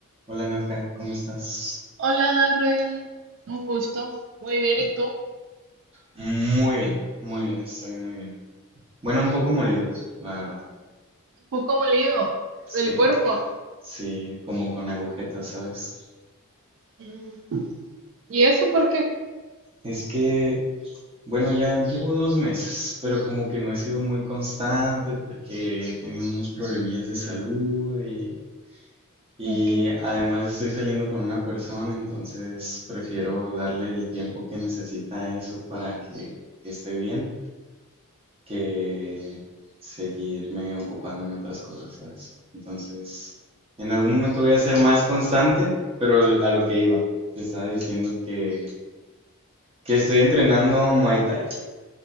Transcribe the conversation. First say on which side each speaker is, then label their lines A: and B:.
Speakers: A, on the right; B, on the right.
A: Hola Nadja, ¿cómo estás?
B: Hola, Darrell. Un gusto. Muy bien, ¿y tú?
A: Muy bien, muy bien, estoy muy bien. Bueno, un poco molidos, la verdad.
B: Un poco molido
A: Sí,
B: del cuerpo.
A: sí, como con agujetas, ¿sabes?
B: Mm, ¿Y eso por qué?
A: Es que, bueno, ya llevo dos meses, pero como que no he sido muy constante porque he tenido unos problemillas de salud y, y
B: Ok.
A: además estoy saliendo con una persona, entonces prefiero darle el tiempo que necesita a eso para que esté bien. que seguirme ocupando en otras cosas, ¿sabes? Entonces, en algún momento voy a ser más constante, pero a lo que iba, te estaba diciendo que, que estoy entrenando Muay Thai.